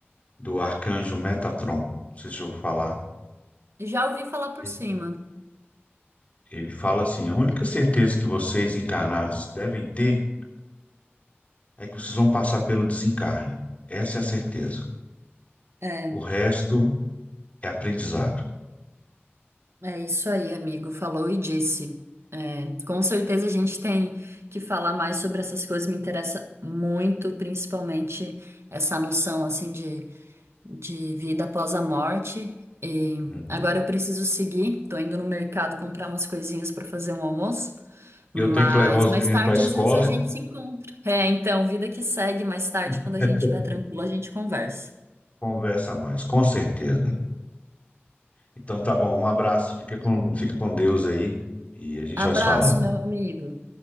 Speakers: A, on the left (about 35°); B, on the right (about 75°).
A: do Arcanjo Metatron. Não sei se eu vou falar.
B: Já ouvi falar por
A: Ele
B: cima.
A: ele fala assim: a única certeza que vocês encarnados devem ter é que vocês vão passar pelo desencarne. Essa é a certeza.
B: É,
A: O resto é aprendizado.
B: é isso aí, amigo. Falou e disse. É, com certeza a gente tem que falar mais sobre essas coisas. Me interessa muito, principalmente essa noção, assim, de de vida após a morte. E
A: Uhum.
B: agora eu preciso seguir. Tô indo no mercado comprar umas coisinhas para fazer um almoço. Mas
A: Eu tenho que levar os
B: mais
A: meninos
B: tarde,
A: para a escola,
B: às vezes, a gente se encontra. É, então, vida que segue. Mais tarde,
A: <laughs>
B: quando a gente estiver tranquilo, a gente conversa.
A: conversa mais, com certeza. Então tá bom, um abraço, fica com, fica com Deus aí e a gente
B: Abraço,
A: vai se falando.
B: meu amigo.